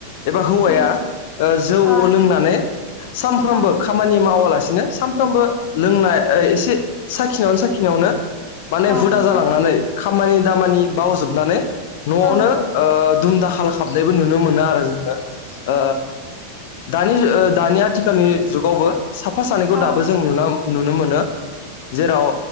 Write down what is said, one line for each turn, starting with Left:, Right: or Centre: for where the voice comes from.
Left: एबा हौवाया
Centre: उम
Left: ओ जौ
Centre: अ
Left: लोंनानै सानफ्रामबो
Centre: अ
Left: खामानि मावालासे सिनो सानफ्रामबो लोंनाय एसे साखिनायावनो साखिनायावनो माने
Centre: दोननो
Left: हुदा जालांनानै खामानि दामानि बावजोबनानै न'आवनो
Centre: हायो
Left: ओ दुम दाखाल खाबनायबो नुनो मोनो आरो जोङो, ओ दानि ओ दानि आथिखालनि जुगावबो साफा सानैखौ
Centre: आरो
Left: दाबो जों नुना नुनो मोनो। जेराव